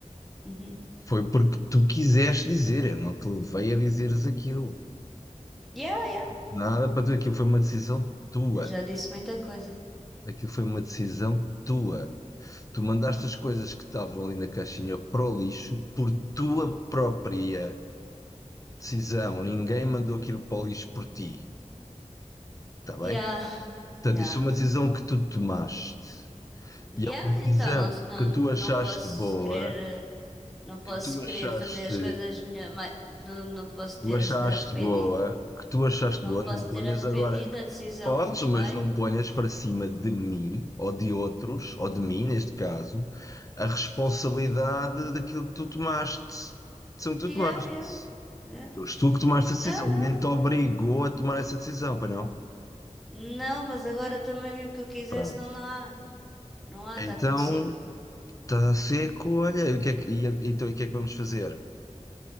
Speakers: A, in the centre; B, on the left.
A: Uhum.
B: foi porque tu quiseste dizer, eu não te levei a dizeres aquilo.
A: Yeah, yeah.
B: Nada para tu, aquilo foi uma decisão tua.
A: Eu já disse muita coisa.
B: Aquilo foi uma decisão tua. Tu mandaste as coisas que estavam ali na caixinha para o lixo por tua própria decisão. Ninguém mandou aquilo para o lixo por ti, está bem?
A: Yeah,
B: Portanto,
A: yeah.
B: isso é uma decisão que tu tomaste.
A: Yeah,
B: E é uma decisão
A: então não, não,
B: que tu achaste
A: não posso
B: boa,
A: querer. eh, Não posso
B: que tu
A: querer
B: achaste
A: fazer as coisas melhor. mai- Não, não posso ter
B: tu achaste
A: as- arrependido.
B: boa, que tu achaste
A: Não
B: boa,
A: me
B: não
A: posso
B: ponhas
A: ter arrependido
B: agora.
A: da decisão
B: Podes,
A: que tomei.
B: mas não ponhas para cima de mim, ou de outros, ou de mim, neste caso, a responsabilidade daquilo que tu tomaste. são
A: Yeah,
B: que tu tomaste.
A: yeah. Yeah.
B: Foste tu que tomaste
A: Não,
B: a decisão.
A: não.
B: Ninguém te obrigou a tomar essa decisão, para não?
A: Não, mas agora também mesmo que eu quisesse,
B: Pronto.
A: não, não há. Não há, está
B: Então,
A: tudo seco.
B: está seco, olha, e o que é que, e, então, e o que é que vamos fazer?